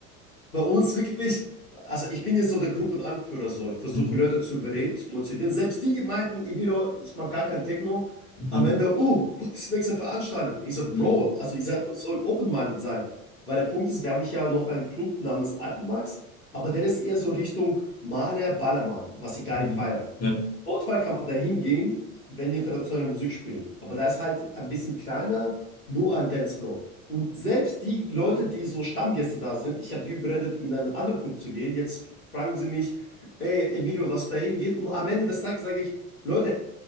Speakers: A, on the left (about 85°); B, on the left (about 35°).
A: Bei uns wirklich, also ich bin jetzt so der Gruppenanführer, so ich versuche
B: Mhm.
A: Leute zu überreden, zu motivieren. Selbst die, die meinten, Emilio, ich mag gar kein Techno,
B: Mhm.
A: am Ende, oh, wo ist die nächste Veranstaltung? Ich so,
B: Mhm.
A: Bro, also ich soll open-minded sein. Weil der Punkt ist, wir haben ja noch einen Club namens Alpemax, aber der ist eher so Richtung Maler, Ballermann, was ich gar
B: Mhm.
A: nicht feiere.
B: Ja,
A: Notfall kann man da hingehen, wenn die internationale Musik spielen. Aber da ist halt ein bisschen kleiner, nur ein Dancefloor. Und selbst die Leute, die so Stammgäste da sind, ich habe die überredet, in einen anderen Club zu gehen. Jetzt fragen sie mich, ey, Emilio, lass da hingehen. Und am Ende des Tages sage ich, Leute,